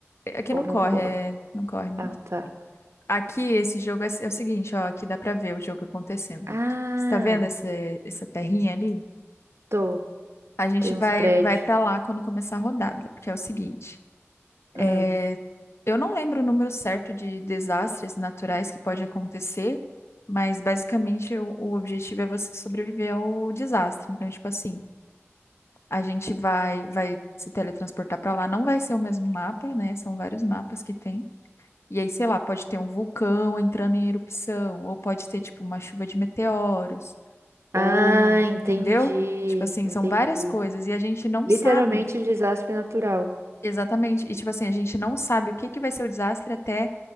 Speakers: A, on the left; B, on the right.
A: Aqui
B: Ou
A: não
B: não
A: corre,
B: corre?
A: é. Não corre mesmo.
B: Ah, tá.
A: Aqui, esse jogo é, é o seguinte, ó. Aqui dá pra ver o jogo acontecendo.
B: Ah,
A: Você tá vendo essa, essa terrinha ali?
B: tô.
A: A gente
B: Tem
A: vai,
B: uns prédios.
A: vai pra lá quando começar a rodada, porque é o seguinte.
B: Hum.
A: É, eu não lembro o número certo de desastres naturais que pode acontecer, mas basicamente o, o objetivo é você sobreviver ao desastre. Então, tipo assim, a gente vai, vai se teletransportar para lá, não vai ser o mesmo mapa, né? São vários mapas que tem. E aí, sei lá, pode ter um vulcão entrando em erupção, ou pode ter, tipo, uma chuva de meteoros, ou,
B: Ah, entendi.
A: entendeu? Tipo assim,
B: Entendi.
A: são várias coisas e a gente não
B: Literalmente
A: sabe.
B: um desastre natural.
A: Exatamente. E, tipo assim, a gente não sabe o que que vai ser o desastre até